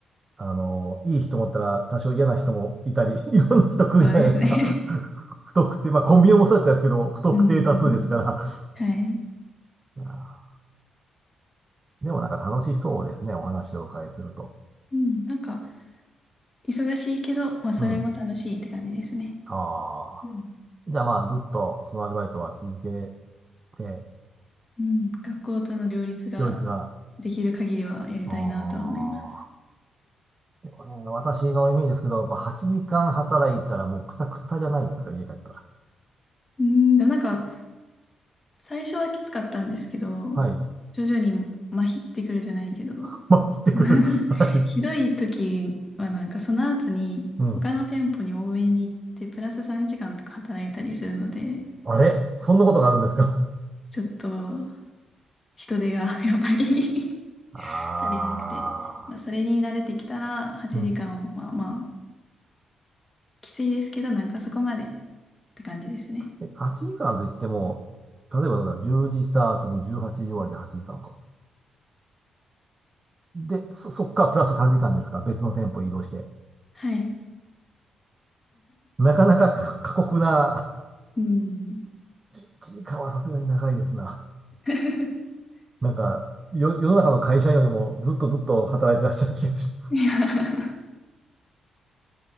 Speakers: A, on the right (about 30°); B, on the left (about 25°).
A: あの、いい人もおったら多少嫌な人もいたり、<laughs> いろんな人来るじゃないですか。
B: そうですね
A: <laughs> 不特定、まあコンビニもそうだったんですけど、<laughs> 不特定多数ですから。
B: <laughs> うん。はい。
A: いやーでもなんか楽しそうですね、お話をお伺いすると。
B: うん。なんか、忙しいけど、まあ、それも楽しいって感じですね。
A: うん。ああ。
B: うん
A: じゃあまあずっとそのアルバイトは続けて、
B: うん、学校との両立が
A: 両立が、
B: できる限りはやりたいなとは思います。
A: ああ。でもね、私のイメージですけど、やっぱ8時間働いたらもうクタクタじゃないですか、家帰ったら。
B: うん、でもなんか、最初はきつかったんですけど、
A: はい。
B: 徐々に麻痺ってくるじゃないけど、
A: <laughs> まあ、行ってくる。
B: <laughs>
A: <laughs> はい。
B: ひどい時はなんかその後に他の店舗に応援に行ってプラス3時間とか働いたりするので、
A: うん。あれそんなことがあるんですか
B: ちょっと人手が <laughs> やっぱり
A: ああ、
B: <laughs> 足りなくて、まあ、それに慣れてきたら8時間はまあ
A: うん。
B: きついですけど、なんかそこまでって感じですね。
A: え、8時間といっても、例えばどうだ、10時スタートの18時終わりで8時間かんか。で、そ、そっからプラス3時間ですか、別の店舗移動して。
B: はい。
A: なかなかか過酷な、
B: うん。
A: 11時間はさすがに長いですな。
B: <laughs>
A: なんか、よ、世の中の会社員よりもずっとずっと働いてらっしゃる気がします。
B: いや、